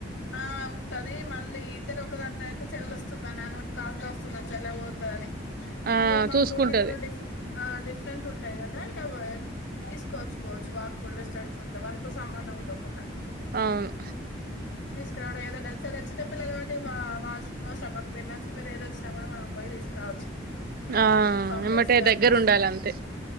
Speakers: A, on the left; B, on the right.
A: ఆ ఉంటది మళ్ళీ ఇద్దరు ఒకదాని అయితే చెల్ొస్త వస్తుందా అ కాకా వస్తుందని చెల్ల ఓతుందని
B: ఆ
A: మళ్ళీ మాకు
B: చూసుకుంటది
A: డ్యూటీలు కూడా డిఫరె ఆ డిఫరెంట్ ఉంటాయి కదా ఇక తీసుకోవచ్చుకోవచ్చు వాక్ బల్ స్టర్స్ ఉంటా వాళ్ళతో సంబంధం ఉండకుండా
B: అవును
A: తీసుకురావడం ఏదనా స వచ్చినట పిల్లలుటి వాషూమ్ స్మక్ పెయిన్ ఫీవర్ ఏద వచ్చినా కూడా మనం పోయి తీసుకురాడం చ్చ
B: ఆ
A: ఇన్ఫామ్
B: ఎమ్మటే
A: చేస్త అని
B: దగ్గర
A: చూస్తుంది
B: ఉండాలి అంతే